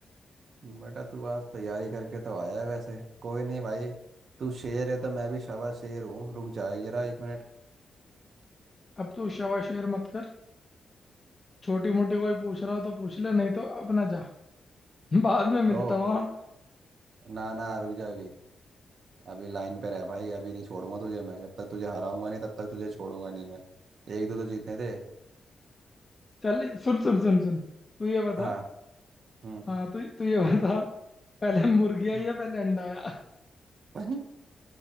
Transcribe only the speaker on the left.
अब तू शवा शेर मत कर छोटी मोटी कोई पूछ रहा हो तो पूछ ले नहीं तो अपना जा <laughs> बाद में मिलता
हूँ हाँ।
चल सुन सुन सुन सुन तू ये बता
हाँ तू तू ये बता पहले मुर्गी आई
या पहले अंडा आया